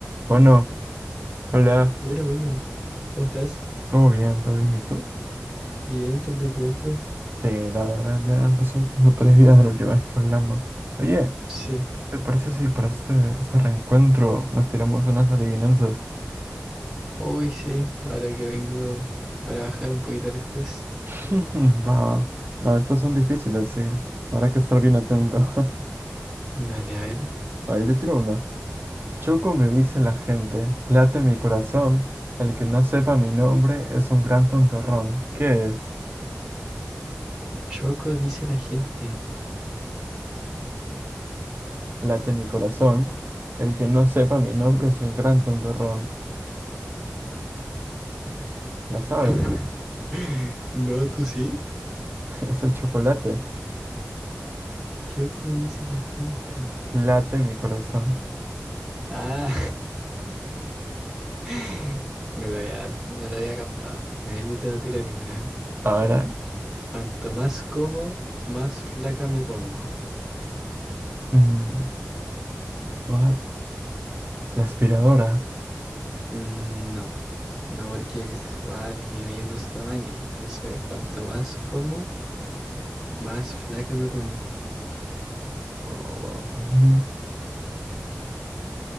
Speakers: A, on the right (about 45°); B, in the centre.
A: Bueno, hola,
B: Bueno, bueno, ¿cómo estás?
A: todo bien, todo bien, ¿y tú?
B: Bien, tanto tiempo.
A: Sí, la verdad ya han pasado como tres días de la última vez que hablamos. Oye,
B: Sí,
A: ¿te parece si para este, este reencuentro nos tiramos unas adivinanzas?
B: hoy sí, ahora que vengo para bajar un poquito el estrés.
A: <laughs> Va, no, estas son difíciles, sí, habrá que estar bien atento. <laughs>
B: Dale, a ver.
A: Ahí te tiro una. Choco me dice la gente, late mi corazón, el que no sepa mi nombre es un gran tontorrón. ¿Qué es?
B: Choco dice la gente.
A: Late mi corazón, el que no sepa mi nombre es un gran tontorrón. ¿La sabes?
B: <laughs> No, ¿tú sí?
A: <laughs> Es el chocolate.
B: Choco dice la gente.
A: Late mi corazón.
B: Ah, <laughs> no lo había, no lo había captado. A ver, yo te voy a tirar una, a ver.
A: Ahora,
B: Cuanto más como, más flaca me pongo.
A: mm, what? La aspiradora.
B: Mm, No, no porque se va disminuyendo su tamaño. Entonces, cuanto más como, Más flaca me pongo.
A: Oh, mm,